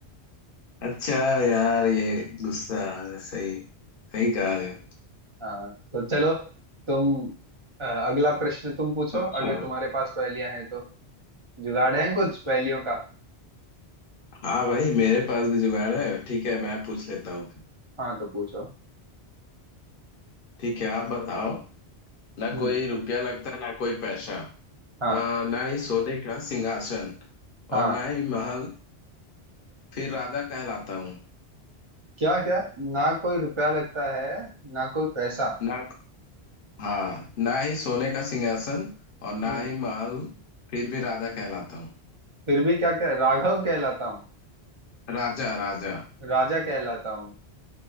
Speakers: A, on the left; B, on the right.
A: अच्छा यार ये गुस्सा सही सही कहा यार
B: हाँ तो चलो तुम अ, अगला प्रश्न तुम पूछो
A: अच्छा
B: अगर तुम्हारे पास पहेलियां हैं तो जुगाड़ है कुछ पहेलियों का
A: हाँ भाई मेरे पास भी जुगाड़ है ठीक है मैं पूछ लेता हूँ फिर
B: हाँ तो पूछो
A: ठीक है आप बताओ ना
B: हम्म
A: कोई रुपया लगता है ना कोई पैसा
B: हाँ
A: आ, ना ही सोने का सिंहासन
B: हाँ
A: और ना ही महल फिर राजा कहलाता हूँ
B: क्या क्या ना कोई रुपया लगता है ना कोई पैसा
A: ना हाँ ना ही सोने का सिंहासन और ना
B: हम्म
A: ही महल फिर भी राजा कहलाता हूँ
B: फिर भी क्या कह राघव कहलाता हूँ
A: राजा राजा
B: राजा कहलाता हूँ